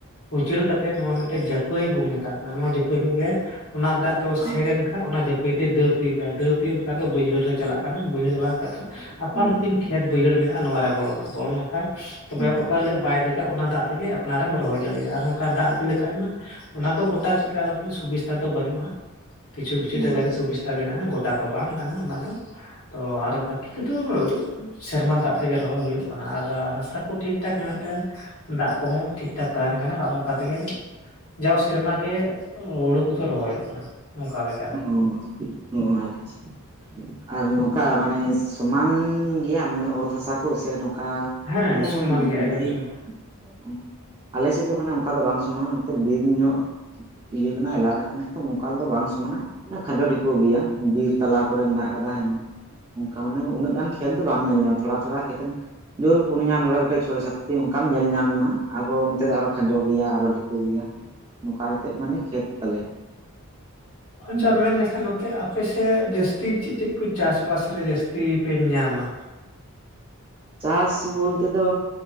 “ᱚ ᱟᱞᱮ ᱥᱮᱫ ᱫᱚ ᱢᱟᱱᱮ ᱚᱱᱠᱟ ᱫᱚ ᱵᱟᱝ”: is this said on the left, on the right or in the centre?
Right